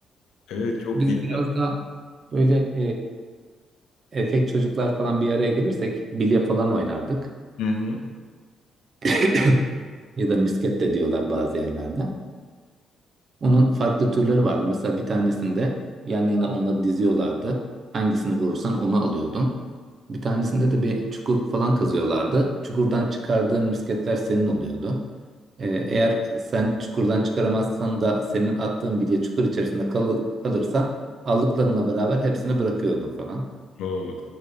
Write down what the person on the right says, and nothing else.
Biz
biraz daha böyle e, erkek çocuklar falan bir araya gelirsek bilye falan oynardık. <coughs>
<clears throat> Ya da misket de diyorlar bazı yerlerde. Onun farklı türleri vardı. Mesela bir tanesinde yan yana onları diziyorlardı. Hangisini vurursan onu alıyordun. Bir tanesinde de bir çukur falan kazıyorlardı. Çukurdan çıkardığın misketler senin oluyordu. Ee, eğer sen çukurdan çıkaramazsan da senin attığın bilye çukur içerisinde kalı- kalırsa aldıklarınla beraber hepsini bırakıyordun falan.